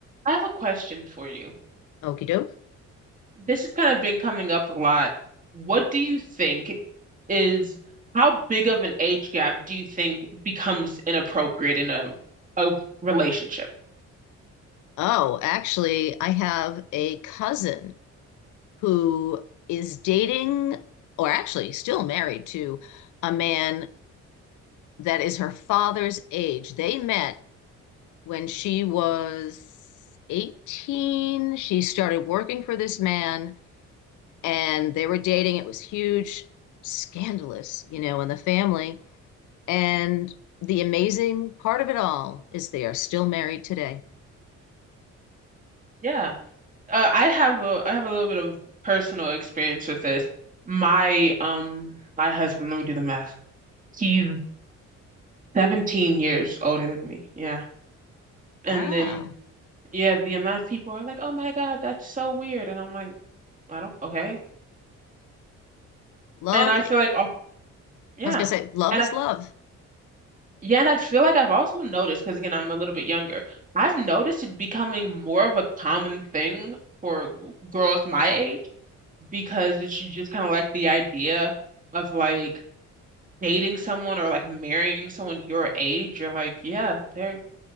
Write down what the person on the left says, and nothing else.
Okie doke.
Oh, actually, I have a cousin who is dating, or actually still married to, a man that is her father's age. They met when she was 18. She started working for this man, and they were dating. It was huge, scandalous, you know, in the family. And the amazing part of it all is they are still married today. <laughs>
Wow.
Love
I was gonna say, love
is
love.